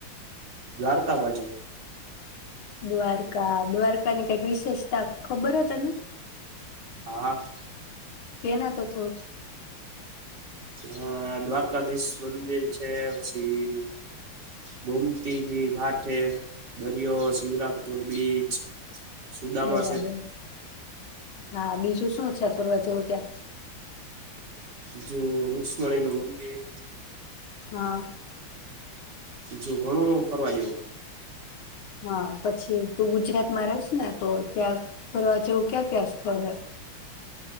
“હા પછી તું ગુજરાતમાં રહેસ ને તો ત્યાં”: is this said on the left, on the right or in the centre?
Left